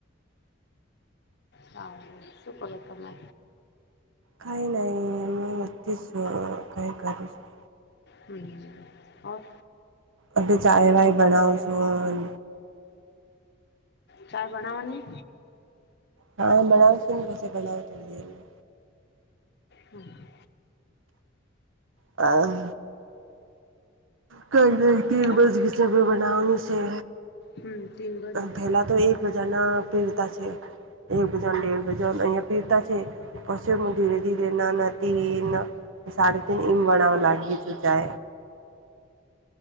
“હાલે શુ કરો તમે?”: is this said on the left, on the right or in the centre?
Left